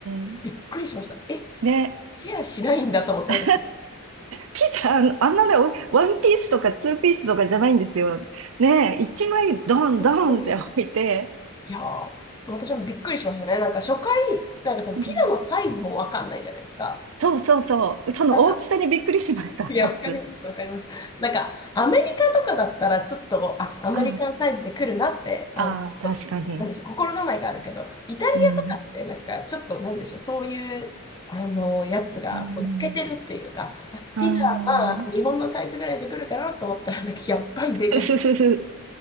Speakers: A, on the right (about 65°); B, on the left (about 20°).
A: ん。
B: びっくりしました。え、
A: ね。
B: シェアしないんだと思って、
A: <laughs> だ
B: 私、
A: ピザ、あのあんなね、おワンピースとかツーピースとかじゃないんですよ。ね、一枚ドンドンって置いて、
B: 本当に。いやー、私もびっくりしましたね。なんか初回、なんかそのピザのサイズもわかんないじゃないですか。
A: うんそうそうそう。その大きさにびっくりしました、
B: なんか、いや、
A: <laughs> まず。
B: わかります、わかります。なんか、アメリカとかだったら、ちょっと、あ、アメリカンサイズで来るなって、
A: ああああ、
B: あの、
A: 確かに。
B: なんでしょう、心構えがあるけど、イタリアとかって、
A: うん。
B: なんか、ちょっと、なんでしょう、そういう、あの、やつが、
A: うん、
B: こう、抜けてるっていうか、あ、
A: うん。
B: ピザは、まあ、日本のサイズぐらいで来るかなと思ったら、なんか、やっぱりでかい。
A: ふふふふ。